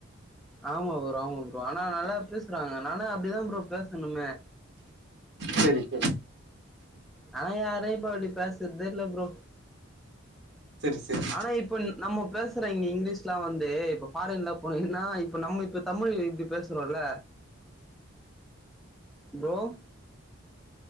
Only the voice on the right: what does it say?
சேரி சேரி
செரி செரி